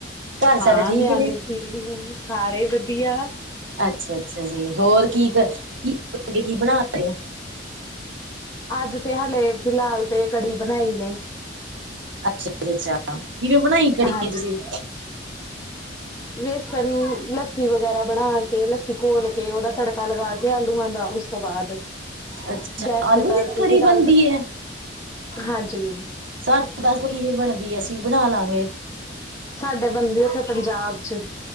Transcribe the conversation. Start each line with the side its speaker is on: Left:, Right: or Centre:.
Right: ਘਰ
Left: ਹਾਂ,
Right: ਸਾਰੇ ਠੀਕ
Left: ਨਿਆਣੇ
Right: ਨੇ
Left: ਸੀ ਸਾਰੇ ਵਧੀਆ।
Right: ਅੱਛਾ-ਅੱਛਾ ਜੀ, ਹੋਰ ਕੀ ਕੀੱਗੇ ਕੀ ਬਣਾ? ਰਹੇ ਹੋ
Left: ਅੱਜ ਤੇ ਹਲੇ ਫਿਲਹਾਲ ਤੇ ਕੜੀ ਬਣਾਈ ਨੇ।
Right: ਅੱਛਾ-ਅੱਛਾ, ਕਿਵੇਂ ਬਣਾਈ ਕੜੀ
Left: ਹਾਂਜੀ
Right: ਤੁਸੀਂ?
Left: ਵੇਸਣ, ਲੱਸੀ ਵਗੈਰਾ ਬਣਾ ਕੇ ਲੱਸੀ ਘੋਲ ਕੇ ਉਹਦਾ ਤੜਕਾ ਲਗਾ ਕੇ ਆਲੂਆਂ ਦਾ। ਉਸ ਤੋਂ ਬਾਅਦ
Right: ਅੱਛਾ
Left: ਗੈਸ
Right: ਆਲੂ
Left: ਤੇ ਤਰਤੀ
Right: ਦੀ ਕੜੀ
Left: ਸੀ ਡਲ
Right: ਬਣਦੀ ਹੈ
Left: ਹਾਂਜੀ।
Right: ਸਾਨੂੰ ਦੱਸ ਦ ਕਿਵੇਂ ਬਣਦੀ ਅਸੀਂ ਵੀ ਬਣਾ ਲਾਂਗੇ।
Left: ਸਾਡੇ ਬੰਦੇ ਉੱਥੇ ਪੰਜਾਬ ਚ